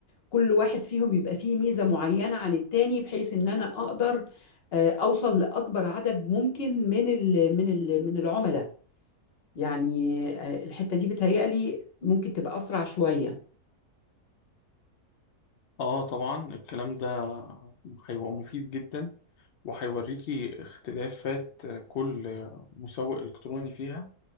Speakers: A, on the left (about 50°); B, on the left (about 80°).
A: كل واحد فيهم يبقى فيه ميزة معينة عن التاني بحيث إن أنا أقدر آه، أوصل لأكبر عدد ممكن من ال من ال من العملاء يعني آه، الحتة دي بتهيألي ممكن تبقى أسرع شوية
B: اه طبعا الكلام ده هيبقى مفيد جدا وهيوريكي اختلافات كل مسوق الكتروني فيها